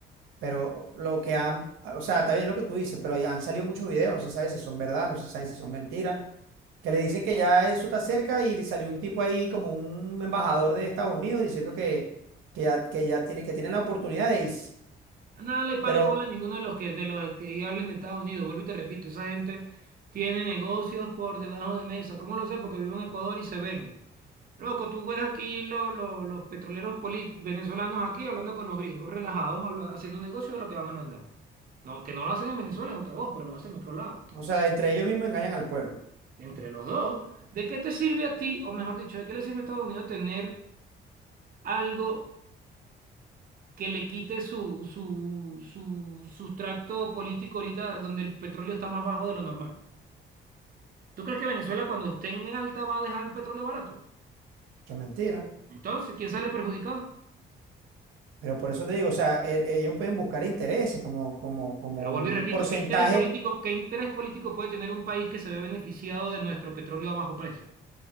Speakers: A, on the right; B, on the right.
A: Pero lo que han, o sea, está bien lo que tú dices, pero ahí han salido muchos videos, no se sabe si son verdad, no se sabe si son mentiras. que le dicen que ya eso está cerca y salió un tipo ahí como un embajador de Estados Unidos diciendo que, que ya, que ya tiene, que tienen la oportunidad de irse.
B: Nada no le pare
A: Pero,
B: bola a ninguno de los que de los que hablen de Estados Unidos. Vuelvo y te repito, esa gente tiene negocios por debajo de mesa. ¿Cómo lo sé? Porque vivo en Ecuador y se ven. Loco, tú ves aquí lo- lo- los petroleros poli- venezolanos aquí hablando con los gringos, relajados, habla- haciendo negocio de lo que van a mandar. No, que no lo hacen en Venezuela es otra voz, pero lo hacen en otros lados.
A: o sea, entre ellos mismos engañan al pueblo.
B: Entre los dos, ¿de qué te sirve a ti, o mejor dicho, de qué le sirve a Estados Unidos tener algo? que le quite su, su, su sustrato político ahorita donde el petróleo está más bajo de lo normal. ¿Tú crees que Venezuela cuando esté en alta va a dejar el petróleo barato?
A: Eso es mentira.
B: Entonces, ¿quién sale perjudicado?
A: Pero por eso te digo, o sea, e- ellos pueden buscar intereses como, como, como
B: Pero vuelvo
A: un
B: y repito,
A: porcentaje.
B: ¿qué interés político, qué interés político puede tener un país que se ve beneficiado de nuestro petróleo a bajo precio?